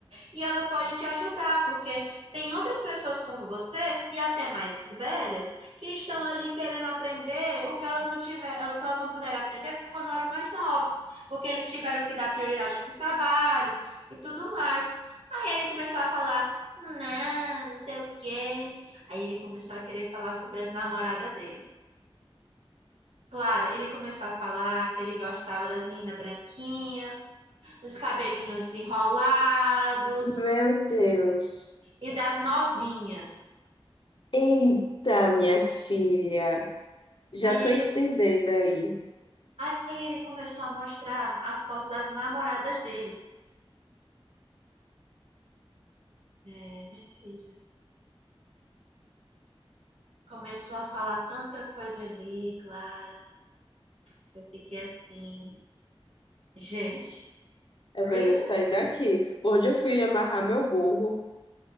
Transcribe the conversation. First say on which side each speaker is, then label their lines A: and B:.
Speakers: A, on the right; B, on the left.
A: e ela pode te ajudar, porque tem outras pessoas como você, e até mais velhas, que estão ali querendo aprender o que elas não tiver, o que elas não puderam aprender quando eram mais novos, porque eles tiveram que dar prioridade para o trabalho e tudo mais. Aí ele começou a falar, não, não sei o quê. Aí ele começou a querer falar sobre as namoradas dele. Claro, ele começou a falar que ele gostava das meninas branquinhas, dos cabelinhos enrolados
B: meu Deus.
A: e das novinhas.
B: Eita, minha filha, já
A: Aí
B: tô
A: ele,
B: entendendo aí.
A: aí ele começou a mostrar a foto das namoradas dele. É, minha filha. Começou a falar tanta coisa ali, Clara, que eu fiquei assim, gente,
B: É,
A: really?
B: velho, eu saí daqui. Onde eu fui amarrar meu burro?